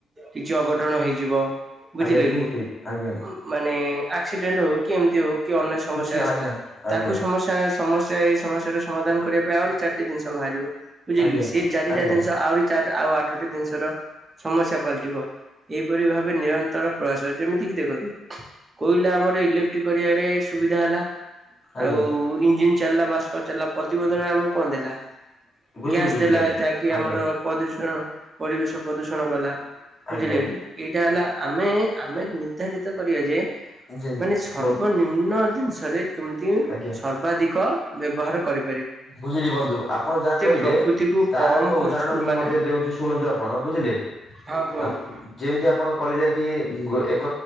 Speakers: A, on the right; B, on the left.
A: କିଛି ଅଘଟଣ ହେଇଯିବ ବୁଝିଲେ
B: ଆଜ୍ଞା ଠିକ
A: କି
B: ଠିକ ଆଜ୍ଞା
A: ମାନେ ଆକ୍ସିଡେଣ୍ଟ ହଉ କି ଏମିତି ହଉ କି ଅନ୍ୟ ସମସ୍ୟା
B: କିଛି
A: ଆସିଲା
B: ଆଜ୍ଞା ଆଜ୍ଞା
A: ତାକୁ ସମସ୍ୟା ସମସ୍ୟା ଏଇ ସମସ୍ୟା ର ସମାଧାନ କରିବା ପାଇଁ ଆହୁରି ଚାରିଟି ଜିନିଷ ବାହାରିବ ବୁଝିଲୁ
B: ଆଜ୍ଞା
A: ସେ
B: ଠିକ
A: ଚାରିଟା
B: ଆଜ୍ଞା
A: ଜିନିଷ ଆହୁରି ଚାର ଆଉ ଆଠଟି ଜିନିଷର ସମସ୍ୟା ପାଲଟିବ ଏହିପରି ଭାବେ ନିରନ୍ତର ନ୍ତର ତାର ପ୍ରୟାସ ଯେମିତିକି ଦେଖନ୍ତୁ କୋଇଲା ଆମର ଇଲେଟ୍ରିକ କରିବାରେ ସୁବିଧା ହେଲା
B: ଆଜ୍ଞା
A: ଆଉ ଇଞ୍ଜିିନ ଚାଲିଲା ବାଷ୍ପ ଚାଲିଲା ପ୍ରତିବଦଳରେ ଆମକୁ କଣ ଦେଲା?
B: ବୁଝିଲି
A: ଗ୍ୟାସ
B: ବୁଝିଲି
A: ଦେଲା
B: ଆଜ୍ଞା
A: ଯାହାକି
B: ଆଜ୍ଞା
A: ଆମର ପ୍ରଦୂଷଣ ପରିବେଶ ପ୍ରଦୂଷଣ କଲା।
B: ଆଜ୍ଞା
A: ବୁଝିଲେ କି ଏଇଟା ହେଲା ଆମେ ଆମେ ନିର୍ଦ୍ଧାରିତ କରିବା ଯେ
B: ଯେମତି
A: ମାନେ ସର୍ବନିମ୍ନ ଜିନିଷରେ କେମିତି
B: ଆଜ୍ଞା
A: ସର୍ବାଧିକ ବ୍ୟବହାର କରିପା
B: ବୁଝିଲି ବନ୍ଧୁ ଆପଣ ଯାହା କହିଲେ
A: ପ୍ରକୃତିକୁୁ
B: ତାର
A: କମ
B: ଏକ
A: ଖର୍ଚ୍ଚ
B: ଉଦାହରଣ ମୁଁ
A: ମାନେ
B: ମଧ୍ୟ ଦେଉଛି ଶୁଣନ୍ତୁ ଆ ପଣ ବୁଝିଲେ
A: ହଁ କୁହନ୍ତୁ?
B: ଆ ଯେମିତି ଆପଣ କହିଲେ କି ଏକ